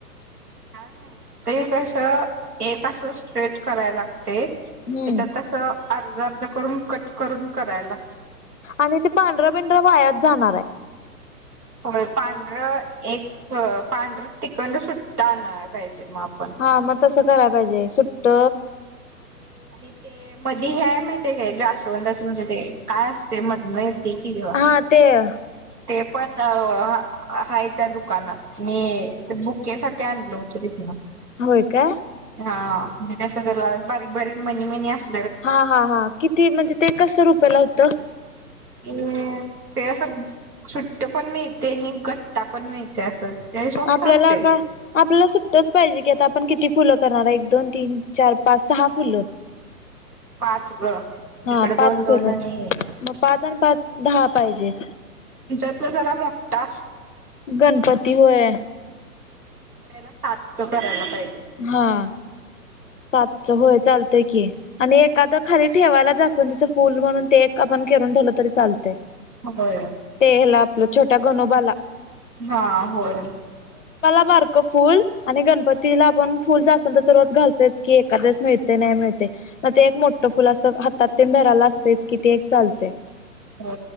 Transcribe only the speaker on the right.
काय मा ते कस एक अस स्ट्रेट करायला लागते त्याच्यातस
अर्ध अर्ध करून कट करून करायला
होय पांढरं एक पांढरं तिखंड सुट्टना पाहिजे मग आपण
आणि ते मध हेय माहिती आहे काय ग्रासवंद अस म्हणजे ते काय असते मधनती किवा
ते पण अ हा त्या दुकानात मी बुकेसाठीठी आणल होत तिथनं
हा म्हणजेस झाला बारीक बारीक म्हनी म्हणी असत
अ ते असं सुुट्ट पण मिळते आणि घट्टा पण मिळते असं ते स्वस्त
असते
पाच ग
इकडे
दोन दोन
आणि
तुमच्यातला जरा मोठठा
तुमच्याला साास करायला पाहिजे
होय.
हा होय.
हो